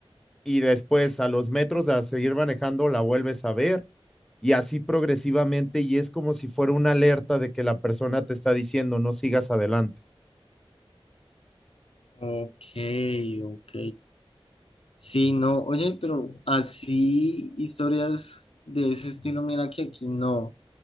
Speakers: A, in the centre; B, on the left.
A: y después a los metros de seguir manejando la vuelves a ver y así progresivamente y es como si fuera una alerta de que la persona te está diciendo no sigas adelante.
B: Ok, ok. Sí, no, oye, pero así historias de ese estilo, mira que aquí no.